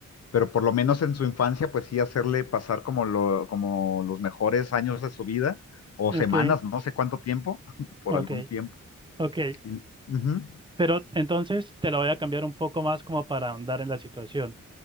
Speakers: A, on the left (about 55°); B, on the right (about 15°).
A: pero por lo menos en su infancia, pues sí hacerle pasar como, lo, como los mejores años de su vida, o
B: ok,
A: semanas, no sé cuánto tiempo, <laughs> por
B: ok,
A: algún tiempo.
B: ok.
A: Y- ujú,
B: Pero entonces te la voy a cambiar un poco más como para ahondar en la situación.